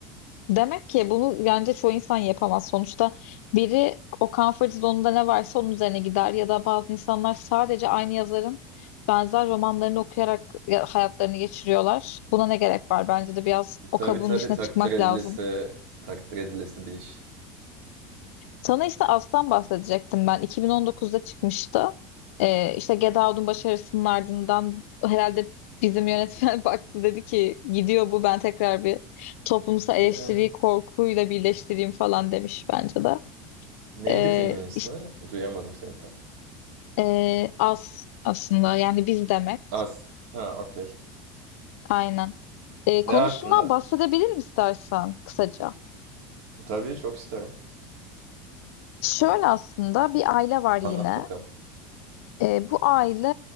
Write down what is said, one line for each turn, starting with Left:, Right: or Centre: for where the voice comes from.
Left: Demek ki bunu bence çoğu insan yapamaz. Sonuçta biri o comfort zone'unda ne varsa onun üzerine gider ya da bazı insanlar sadece aynı yazarın benzer romanlarını okuyarak ya- hayatlarını geçiriyorlar. Buna ne gerek var? Bence de biraz o
Right: Tabii
Left: kabuğun
Right: tabii
Left: dışına
Right: takdir
Left: çıkmak
Right: edilesi,
Left: lazım.
Right: takdir edilesi bir iş.
Left: Sana işte Aslan bahsedecektim ben. 2019'da çıkmıştı. Ee, işte Get Out'un başarısının ardından herhalde bizim yönetmen <laughs> baktı dedi ki gidiyor bu ben tekrar bir toplumsal
Right: Ee,
Left: eleştiriyi korkuyla birleştireyim falan demiş bence de.
Right: neydi
Left: Ee,
Right: filmin ismi?
Left: işte,
Right: Duyamadım seni tam.
Left: ee, az aslında yani biz demek
Right: Az. Ha okey.
Left: aynen. Ee,
Right: Ne
Left: konusundan
Right: hakkında?
Left: bahsedebilirim istersen kısaca.
Right: Tabii çok isterim.
Left: Şöyle
Right: A-
Left: aslında bir aile var yine.
Right: Anlat bakalım.
Left: Ee, bu aile